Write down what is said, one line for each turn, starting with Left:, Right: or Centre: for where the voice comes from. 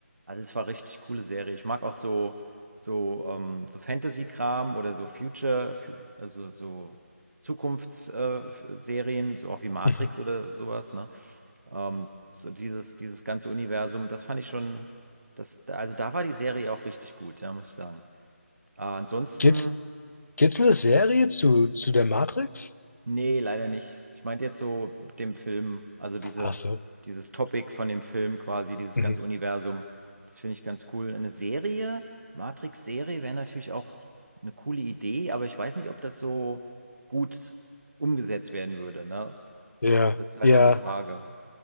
Right: also es war richtig coole Serie. Ich mag auch so so ähm, so Fantasy-Kram oder so Future, fu- also so Zukunftsserien, so auch wie Matrix
Left: Mhm.
Right: oder sowas. Ne, ähm, so dieses dieses ganze Universum, das fand ich schon, das also da war die Serie auch richtig gut, ja, muss ich sagen. Äh, ansonsten
Left: Gibt's, gibt's eine Serie zu, zu der Matrix?
Right: Nee, leider nicht. Ich meinte jetzt so mit dem Film, also diese,
Left: Ach so.
Right: dieses Topic von dem Film quasi, dieses
Left: Mhm.
Right: ganze Universum. Das finde ich ganz cool. Eine Serie, Matrix-Serie wäre natürlich auch eine coole Idee, aber ich weiß nicht, ob das so gut umgesetzt werden würde, ne?
Left: Ja,
Right: Das ist halt
Left: ja,
Right: dann die Frage.